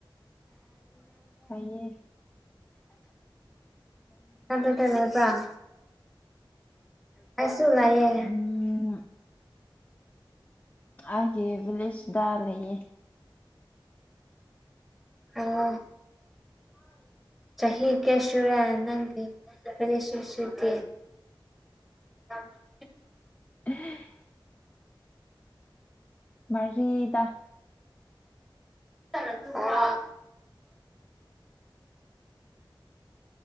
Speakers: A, on the left; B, in the centre.
A: ꯇꯥꯏꯌꯦ
B: ꯑꯟꯏꯟꯇꯦꯜꯂꯤꯖꯦꯕꯜ ꯄꯥꯏꯁꯨ ꯂꯥꯏꯌꯦ
A: ꯎꯝ ꯑꯥꯏꯒꯤ ꯚꯤꯂꯦꯖꯇ ꯂꯩꯌꯦ
B: ꯑꯣ
A: <inaudible>
B: ꯆꯍꯤ ꯀꯦꯌꯥꯁꯨꯨꯔ ꯅꯪꯁꯤꯁꯤꯗ <inaudible>
A: <unintelligible> ꯃꯔꯤꯗ
B: ꯑꯗꯨ <unintelligible>